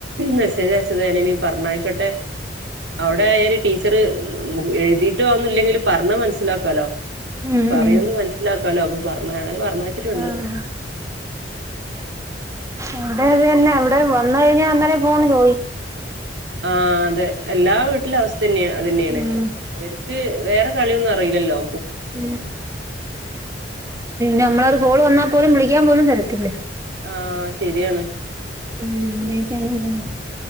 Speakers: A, on the right; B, on the right.
A: മെസ്സേജ് അയച്ചത് തന്നെ ഇനി പറഞ്ഞയിക്കട്ടെ. അവിടെ ആയാല് ടീച്ചർ എഴുതിട്ട് ആകുന്നില്ലെങ്കിൽ പറഞ്ഞാൽ മനസ്സിലാക്കാലോ
B: ഉം
A: പറയുന്നത്
B: ഉം
A: മനസ്സിലാക്കാലോ അപ്പൊ പറഞ്ഞ അങ്ങനെ പറ മാച്ചിട്ടുണ്ട്
B: ആഹ് അവിടെ തന്നെ അവിടെ വന്ന കഴിഞ്ഞാ അന്നേരം ഫോണ് ചോയി
A: ആ അതെ എല്ലാ വീട്ടിലും അവസ്ഥ തന്നെയ അത് തന്നെയാണ്
B: ഉം
A: അവർക്ക് വേറെ കളിയൊന്നും റീല്ലല്ലോ
B: അ നമ്മളരു കോള് വന്നാൽ പോലും വിളിക്കാൻ പോലും തരത്തില്ല
A: ആഹ് ശരിയാണ്
B: ഉം അങ്ങനെയൊക്കെ അങ്ങ് പോണ്